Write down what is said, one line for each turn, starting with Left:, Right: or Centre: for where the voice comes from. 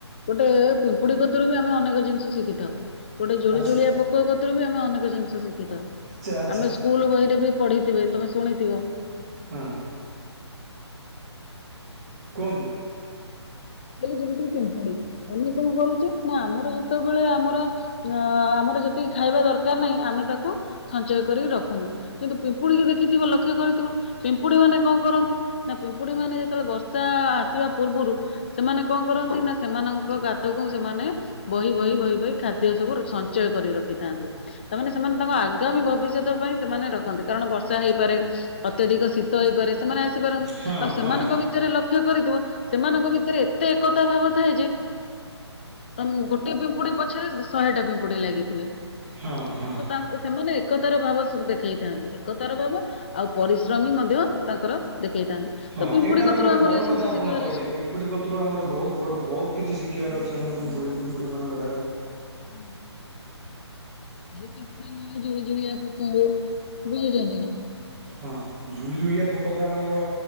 Left: ଗୋଟେ ପିମ୍ପୁଡି କତରୁ ବି ଆମେ ଅନେକ ଜିନିଷ ଶିଖିଥାଉ। ଗୋଟେ ଜୁଳି
Right: ଆଚ୍ଛା
Left: ଜୁଳିଆ ପୋକ କତରୁ ବି ଆମେ ଅନେକ ଜିନିଷ ଶିଖିଥାଉ,
Right: ଆଚ୍ଛା ଆଚ୍ଛା
Left: ଆମେ ସ୍କୁଲ ବହିରେ ବି ପଢିଥେବେ ତମେ ଶୁଣିଥିବ?
Right: ହଁ। କୁହନ୍ତୁ।
Left: ଯେମିତି ପିମ୍ପୁଡି ଆମେ କଣ କରୁଛେ ନା ଆମର ଯେତେବେଳେ ଆମର ଆମର ଯେତିକି ଖାଇବା ଦରକାର ନାହିଁ ଆମେ ତାକୁ ସଞ୍ଚୟ କରିକି ରଖୁନା। କିନ୍ତୁ ପିମ୍ପୁଡିକି ଦେଖିଥିବ ଲକ୍ଷ୍ୟ କରିଥିବ। ପିମ୍ପୁଡି ମାନେ କଣ କରନ୍ତି, ନା ପିମ୍ପୁଡି ମାନେ ଯେତେବେଳେ ବର୍ଷା ଆସିବା ପୂର୍ବରୁ ସେମାନେ କଣ କରନ୍ତି, ନା ସେମାନଙ୍କ ଗାତକୁ ସେମାନେ ବହି ବହି ବହି ବହି ଖାଦ୍ୟ ସବୁ ସଞ୍ଚୟ କରି ରଖିଥାନ୍ତି, ତାମାନେସେମାନେ ତାଙ୍କ ଆଗାମୀ ଭବିଷ୍ୟ ତ ପାଇଁ ସେମାନେ ରଖନ୍ତି କାରଣ ବର୍ଷା ହେଇପାରେ ଅତ୍ୟଧିକ ଶୀତ ହେଇପାରେ। ସେମାନେ ଆସିପାରନ୍ତି
Right: ହଁ
Left: ଆଉ ସେମାନଙ୍କ
Right: ହଁ
Left: ଭିତରେ ଲକ୍ଷ୍ୟ କରିଥିବ ସେମାନଙ୍କ ଭିତ ତେରେ ଏତେ ଏକତା ଭାବ ଥାଏ ଯେ ତମ୍ ଗୋଟେ ପିମ୍ପୁଡି ପଛରେ ଶହେ ଟା ପିମ୍ପୁଡି ଲାଗିଥିବେ।
Right: ହଁ ହଁ।
Left: ତ ତାଙ୍କ ସେମାନେ ଏକତାର ଭାବ ସଁ ଦେଖେଇଥାନ୍ତି, ଏକତାର ଭାବ ଆଉ ପରିଶ୍ରମୀ ମଧ୍ୟ ତାଙ୍କର ଦେଖେଇଥାନ୍ତି।
Right: ହଁ
Left: ତ ପିମ୍ପୁଡି
Right: ଏଇଟା
Left: କତରୁ
Right: ତ ଗୋଟେ
Left: ଆମର
Right: ବଡ
Left: ଏଇ ଜିନିଷ
Right: କଥା ଆପଣ
Left: ଶିଖିବାର
Right: କହିଲେ
Left: ଅଛି।
Right: ପିମ୍ ପିମ୍ପୁଡି କତୁରୁ ଆମର ବହୁତ ବଡ ବହୁତ କିଛି ଶିଖିବାର ଅଛି ଆମର ପିମ୍ପୁଡି ପିମ୍ପୁଡିମାନଙ୍କ ଠାରୁ।
Left: ହୁଁ। ଖାଲି ପିମ୍ପୁଡି ନୁହେଁ ଜୁଳୁ ଜୋଳିଆ ପୋକ ହଉ ବୁଝୁଛନ୍ତି ନା।
Right: ହଁ ଜୁଳୁ ଜୁଳିଆ ପୋକ ତ ଆମର